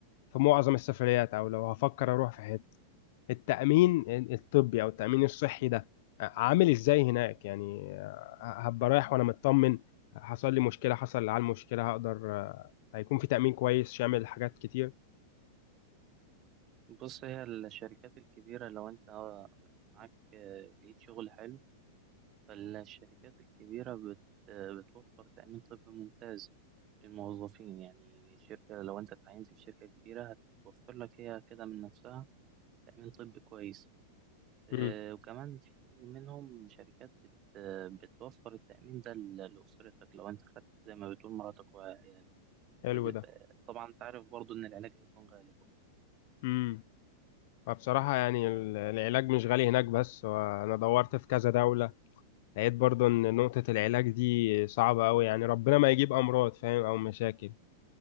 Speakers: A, on the left (about 45°); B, on the right (about 25°).
A: في معظم السفريات او لو هفكر اروح في حته التامين الطبي او التامين الصحي ده عامل ازاي هناك يعني هبقى رايح وانا مطمن حصل لي مشكله حصل لي على المشكله هقدر هيكون في تامين كويس شامل حاجات كتير
B: بص هي الشركات الكبيرة لو أنت معاك آه، لقيت شغل حلو فالشركات الكبيرة بت آه، بتوفر تأمين طبي ممتاز للموظفين يعني شركة لو أنت اتعينت في شركة كبيرة هتوفر لك هي كده من نفسها تأمين طبي كويس آه،
A: امم
B: وكمان في منهم شركات بت آه، بتوفر التأمين ده ل- لأسرتك لو أنت خدت زي ما بتقول مراتك وعيالك
A: حلو
B: واللي
A: ده
B: ب- طبعا أنت عارف برضو إن العلاج هيكون غالي برضه
A: امم فبصراحة يعني ال- العلاج مش غالي هناك بس وأنا دورت في كذا دولة لقيت برضو إن نقطة العلاج دي صعبة أوي يعني ربنا ما يجيب أمراض فاهم أو مشاكل